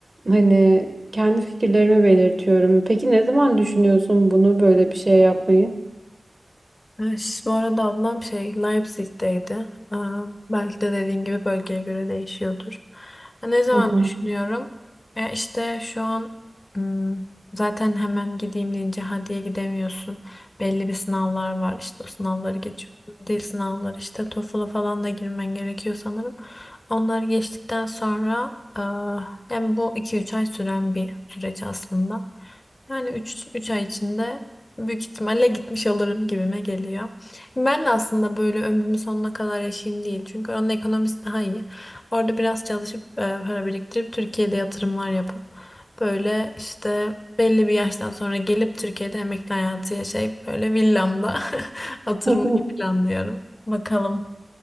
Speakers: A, on the right (about 30°); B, on the left (about 35°).
A: Hani kendi fikirlerimi belirtiyorum. Peki ne zaman düşünüyorsun bunu böyle bir şey yapmayı?
B: Ee, ş- Bu arada ablam şey Leipzig'teydi. Ee, belki de dediğin gibi bölgeye göre değişiyordur. Ya Ne zaman
A: Hı hı.
B: düşünüyorum? Ya işte şu an hmm, zaten hemen gideyim deyince hadiye gidemiyorsun. Belli bir sınavlar var. İşte o sınavları geçiyor. Dil sınavları işte TOEFL'a falan da girmen gerekiyor sanırım. Onları geçtikten sonra aa, yani bu iki üç ay süren bir süreç aslında. Yani üç üç ay içinde Büyük ihtimalle gitmiş olurum gibime geliyor. Ben de aslında böyle ömrümün sonuna kadar yaşayayım değil. Çünkü onun ekonomisi daha iyi. Orada biraz çalışıp e, para biriktirip Türkiye'de yatırımlar yapıp böyle işte belli bir yaştan sonra gelip Türkiye'de emekli hayatı yaşayıp böyle villamda <laughs> oturmayı
A: <laughs>
B: planlıyorum. Bakalım.